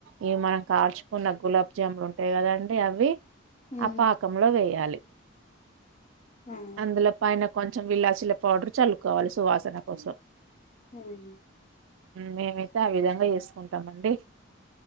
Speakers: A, on the right (about 70°); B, on the left (about 35°).
A: ఇగ మనం కాల్చుకున్న గులాబ్ జామ్లు ఉం అంతే కదండి అవి
B: మ్మ్.
A: ఆ పాకంలో వేయాలి
B: మ్మ్.
A: అందులో పైన కొంచెం విల్లాసిల పౌడర్ చల్లుకోవాలి సువాసన కోసం
B: హమ్
A: మేమైతే ఆ విధంగా చేస్ ఉంటంమండి